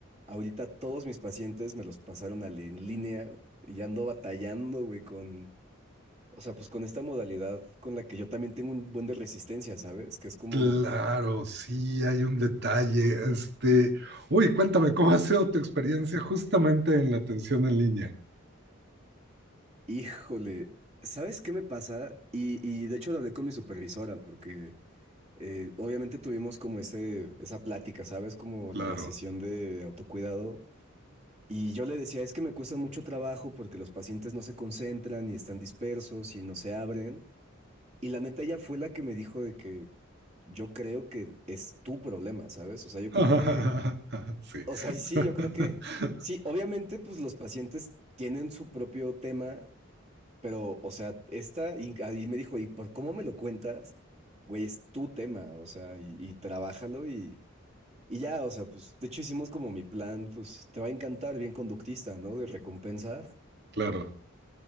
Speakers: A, on the right; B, on the right.
A: ahorita todos mis pacientes me los pasaron al en línea y ya ando batallando, güey, con, o sea, pues con esta modalidad con la que yo también tengo un buen de resistencia, ¿sabes? Que es como,
B: Claro, sí, hay un detalle. Este, uy, cuéntame, ¿cómo ha sido tu experiencia justamente en la atención en línea?
A: híjole, ¿sabes qué me pasa? Y, y de hecho lo hablé con mi supervisora porque... eh, obviamente tuvimos como ese, esa plática, ¿sabes? Como
B: Claro.
A: la, la sesión de autocuidado. Y yo le decía, es que me cuesta mucho trabajo porque los pacientes no se concentran y están dispersos y no se abren. Y la neta ella fue la que me dijo de que yo creo que es tu problema, ¿sabes? O sea, yo
B: <laughs>
A: creo que,
B: Sí.
A: o sea, sí,
B: <laughs>
A: yo creo que, sí, obviamente pues los pacientes tienen su propio tema, pero, o sea, esta, y, y me dijo, ¿y por cómo me lo cuentas? Güey, es tu tema, o sea, y, y trabájalo y... Y ya, o sea, pues de hecho hicimos como mi plan, pues te va a encantar, bien conductista, ¿no? De recompensa,
B: Claro.